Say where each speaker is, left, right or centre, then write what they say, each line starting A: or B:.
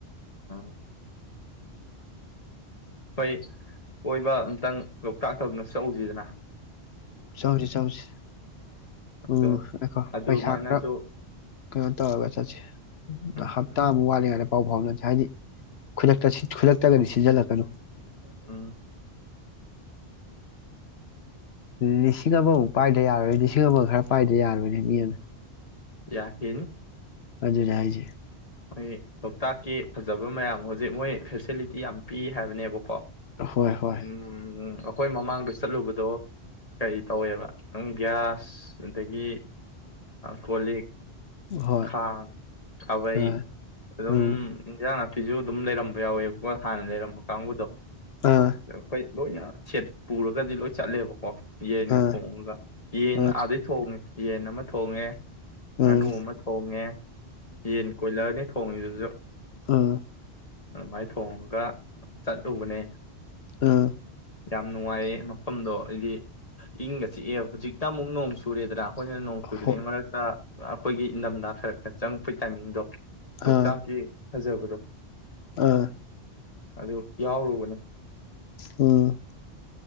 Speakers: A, on the left (about 35°); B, on the left (about 70°).
A: ꯑꯥ ꯑꯩꯈꯣꯏ ꯀꯣꯏꯕ ꯑꯝꯇꯪ ꯂꯣꯛꯇꯥꯛꯇ ꯑꯝꯇ ꯆꯠꯂꯨꯁꯤꯗꯅ
B: ꯆꯪꯁꯤ ꯆꯪꯁꯤ
A: ꯑꯗꯣ
B: ꯎꯝ ꯉꯥꯏꯈꯣ
A: ꯑꯗꯨꯃꯥꯏꯅꯁꯨ
B: ꯄꯩꯁꯥ ꯈꯔ ꯀꯩꯅꯣ ꯇꯧꯔꯒ ꯆꯠꯁꯤ
A: ꯎꯝ
B: ꯍꯞꯇꯥꯃꯨꯛ ꯋꯥꯠꯂꯤꯗ ꯄꯥꯎ ꯐꯥꯎꯅꯁꯦ ꯍꯥꯏꯗꯤ ꯈꯨꯗꯛꯇ ꯈꯨꯗꯛꯇꯒꯗꯤ ꯁꯤꯟꯖꯜꯂꯛꯀꯅꯨ <inaudible>
A: ꯎꯝ
B: ꯂꯤꯁꯤꯡ ꯑꯃꯃꯨꯛ ꯄꯥꯏꯗ ꯌꯥꯔꯣꯏ ꯂꯤꯁꯤꯡ ꯑꯃ ꯈꯔ ꯄꯥꯏꯗ ꯌꯥꯔꯣꯏꯅꯦ ꯃꯤ ꯑꯃꯅ
A: ꯌꯥ ꯍꯦꯟꯅꯤ
B: ꯑꯗꯨꯅꯤ ꯍꯥꯏꯖꯦ
A: ꯑꯩ ꯂꯣꯛꯇꯥꯛꯀꯤ ꯐꯖꯕ ꯃꯌꯥꯝ ꯍꯧꯖꯤꯛ ꯃꯣꯏ ꯐꯦꯁꯤꯂꯤꯇꯤ ꯌꯥꯝ ꯄꯤ ꯍꯥꯏꯕꯅꯦꯕꯀꯣ
B: ꯍꯣꯏ ꯍꯣꯏ
A: ꯎꯝ ꯎꯝ ꯎꯝ ꯑꯩꯈꯣꯏ ꯃꯃꯥꯡꯗ ꯆꯠꯂꯨꯕꯗꯣ ꯀꯔꯤ ꯇꯧꯋꯦꯕ ꯒ꯭ꯌꯥꯁ ꯑꯗꯒꯤ ꯀꯣ ꯂꯤꯛ
B: ꯍꯣꯏ
A: ꯈꯥꯡ ꯈꯥꯕꯩ
B: ꯑꯥ
A: ꯑꯗꯨꯝ
B: ꯎꯝ
A: ꯍꯤꯡꯖꯥꯡ ꯅꯥ ꯐꯤꯁꯨ ꯑꯗꯨꯝ ꯂꯩꯔꯝꯕ ꯌꯥꯎꯋꯦꯕꯀꯣ ꯍꯥꯟꯅ ꯂꯩꯔꯝꯕ ꯀꯥꯡꯕꯨꯗꯣ
B: ꯑꯥ
A: ꯍꯣꯏ ꯂꯣꯏꯅ ꯁꯦꯠ ꯄꯨꯔꯒꯗꯤ ꯂꯣꯏ ꯆꯠꯂꯦꯕꯀꯣ ꯌꯦꯟꯒ
B: ꯑꯥ
A: ꯊꯣꯡꯉꯒ ꯌꯦꯟ
B: ꯑꯥ
A: ꯑꯥꯗꯩ ꯊꯣꯡꯉꯦ ꯌꯦꯟ ꯑꯃ ꯊꯣꯡꯉꯦ ꯉꯥꯅꯨ
B: ꯎꯝ
A: ꯑꯃ ꯊꯣꯡꯉꯦ ꯌꯦꯟ ꯑꯗꯅꯤ ꯊꯣꯡꯉꯤꯗꯨꯖꯨ
B: ꯑꯥ
A: ꯑꯗꯨꯃꯥꯏꯅ ꯊꯣꯡꯉꯒ ꯆꯠꯂꯨꯕꯅꯦ
B: ꯑꯥ
A: ꯌꯥꯝ ꯅꯨꯡꯉꯥꯏꯌꯦꯦ ꯃꯐꯝꯗꯣ ꯍꯥꯏꯗꯤ ꯏꯪꯒ ꯆꯤꯛꯑꯦ ꯍꯧꯖꯤꯛꯇ ꯑꯃꯨꯛ ꯅꯣꯡ ꯆꯨꯔꯦꯗ꯭ꯔꯥ ꯍꯣꯏꯅ ꯅꯣꯡꯁꯨꯗꯅꯤ
B: ꯍꯣ
A: ꯃ ꯑꯩꯈꯣꯏꯒꯤ ꯏꯟꯊꯝꯊ ꯈꯔ ꯈꯔ ꯆꯪꯉꯛꯄꯩ ꯇꯥꯏꯃꯤꯡꯗꯣ ꯂꯣꯛꯇꯀꯤ
B: ꯑꯥ
A: ꯐꯖꯕꯗꯣ
B: ꯑꯥ
A: ꯑꯗꯨ ꯌꯥꯎꯔꯨꯕꯅꯦ
B: ꯑꯝ